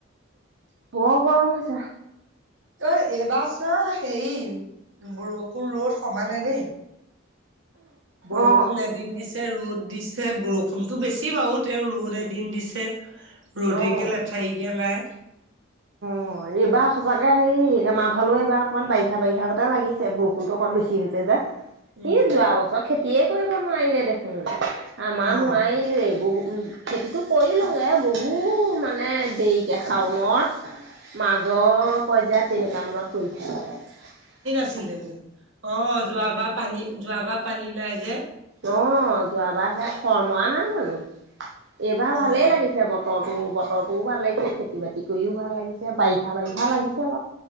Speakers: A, on the right; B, on the right.
A: বৰ গৰম হৈছে।
B: ঐ, এইবাৰ চোৱা হেৰি, বৰষুুণ-ৰ'দ সমানেই দেই। বৰষুণ
A: অ
B: এদিন দিছে, ৰ'দ দিছে, বৰষুণটো বেছি বাৰু, তেওঁ ৰ'দ এদিন দিছে ৰ'দ
A: অ অ
B: একে লেঠাৰিকে নাই।
A: অ' এইবাৰ সঁচাকে হেৰি আমাৰ ফালেও এইবাৰ অকণমান বাৰিষা বাৰিষাগতে লাগিছে, বৰষুণটো অকণ বেছি হৈছে যে,
B: উম
A: ই যোৱা বছৰ খেতি তিয়ে কৰিব নোৱাৰিলে দেখোন, আমাৰ
B: অ
A: নোৱাৰিলোৱেই, বহু উ খেতিটো কৰি লওঁগে বহু মানে দেৰিকে শাওনৰ। মাজৰ পৰ্যায়ত, তেনেকুৱা মানত পৰিছিলোঁ।
B: ছিল যে অ যোৱাবাৰ পানী যোৱাবাৰ পানী নাই যে।
A: অ'! যোৱাবাৰ সেইয়ত, খৰাং মৰা নাই জানোঁ! এইবাৰ ভালেই
B: অ
A: লাগিছে, ব বতৰটো বতৰটোও ভাল লাগিছে। খেতি বাতি কৰিও ভাল লাগিছে। বাৰিষা বাৰিষা লাগিছে বাৰু।